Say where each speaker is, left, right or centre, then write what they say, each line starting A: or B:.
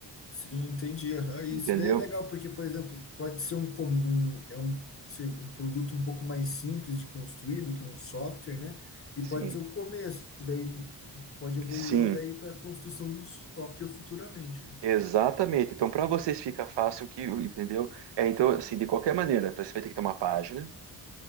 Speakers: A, on the left; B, on the right.
A: Sim, entendi, aham. E
B: entendeu?
A: isso daí é legal, porque, por exemplo, pode ser um, com- um, é um, ser um produto um pouco mais simples de construir do que um software, né? E
B: Sim,
A: pode ser o começo, daí pode evoluir
B: sim.
A: daí para a construção do software futuramente, né?
B: Exatamente. Então, para vocês fica fácil que, entendeu? É, então, assim, de qualquer maneira, você vai ter que ter uma página